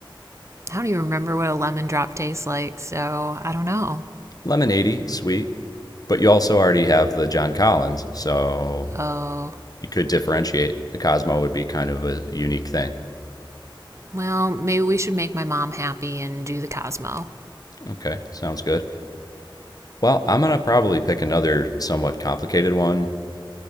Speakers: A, on the right; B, on the left.
A: I don't even remember what a lemon drop tastes like, so I don't know.
B: Lemonade, sweet, but you also already have the John Collins, so
A: Oh,
B: you could differentiate. The Cosmo would be kind of a unique thing.
A: well, maybe we should make my mom happy and do the Cosmo.
B: Okay, sounds good. Well, I'm going to probably pick another somewhat complicated one,